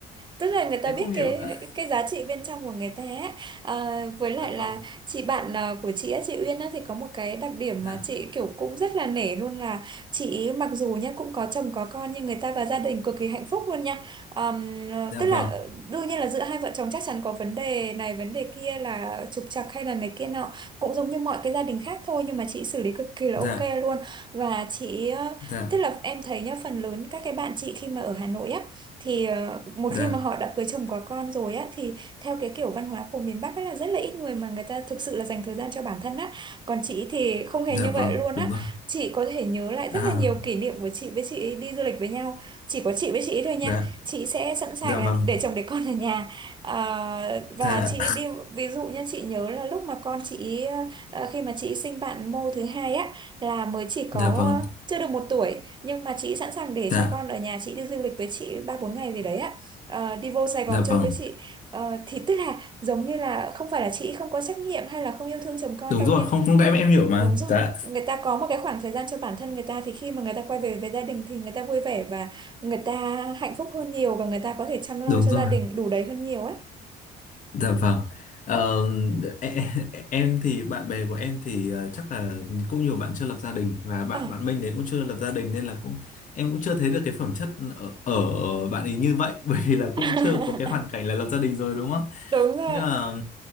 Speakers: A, on the right (about 25°); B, on the left (about 50°).
A: tức là người ta
B: em
A: biết
B: không hiểu
A: cái
B: nữa
A: cái giá trị bên trong của người ta ấy. à, với lại
B: dạ vâng
A: là chị bạn à, của chị á, chị Uyên á, thì có một cái đặc điểm
B: dạ
A: mà chị kiểu cũng rất là nể luôn là chị mặc dù nhá cũng có chồng có con nhưng người ta và gia đình cực kỳ hạnh phúc luôn nha Ờm, ờ,
B: dạ
A: tức
B: vâng
A: là ờ, đương nhiên là giữa hai vợ chồng chắc chắn có vấn đề này vấn đề kia là trục trặc hay là này kia nọ cũng giống như mọi cái gia đình khác thôi nhưng mà chị xử lý cực kỳ là
B: dạ
A: ok luôn và chị ờ,
B: dạ
A: tức là em thấy nhá phần lớn các cái bạn chị khi mà ở Hà Nội á thì ờ, một
B: dạ
A: khi mà họ đã cưới chồng có con rồi á thì theo cái kiểu văn hóa của miền Bắc á là rất là ít người mà người ta thực sự là dành thời gian cho bản thân á còn chị thì không hề
B: Dạ
A: như
B: vâng,
A: vậy luôn
B: đúng
A: á
B: rồi.
A: chị có thể nhớ lại
B: À,
A: rất là nhiều kỷ niệm của chị với chị ấy đi du lịch với nhau chỉ có chị với chị ấy thôi nha
B: dạ,
A: chị sẽ sẵn sàng
B: dạ vâng,
A: là để chồng để con ở nhà Ờ, và
B: dạ,
A: chị ấy đi ví dụ nha chị nhớ là lúc mà con chị ấy, ờ, khi mà chị ấy sinh bạn mô thứ hai á là mới chỉ có
B: dạ vâng,
A: chưa được một tuổi nhưng mà chị sẵn sàng để
B: dạ,
A: cho con ở nhà chị đi du lịch với chị ba bốn ngày gì đấy á Ờ, đi vô Sài Gòn
B: dạ vâng.
A: chơi với chị Ờ, thì tức là giống như là không phải là chị không có trách nhiệm hay là không yêu thương chồng con
B: Đúng
A: đâu
B: rồi,
A: nhưng
B: không, không em em hiểu mà.
A: đúng rồi
B: Dạ,
A: người ta có một cái khoảng thời gian cho bản thân người ta thì khi mà người ta quay về với gia đình thì người ta vui vẻ và người ta hạnh phúc hơn nhiều và người ta có thể chăm lo
B: đúng
A: cho
B: rồi,
A: gia đình đủ đầy hơn nhiều á
B: dạ vâng. Ờ, em, em thì bạn bè của em thì ờ, chắc là cũng nhiều bạn chưa lập gia đình và bạn
A: Ờ.
B: bạn Minh đấy cũng chưa lập gia đình nên là cũng em cũng chưa thấy được cái phẩm chất ở, ở bạn ấy như vậy <laughs> bởi vì là
A: <laughs>
B: cũng chưa có cái hoàn cảnh là lập gia đình rồi đúng không?
A: đúng rồi
B: Nhưng mà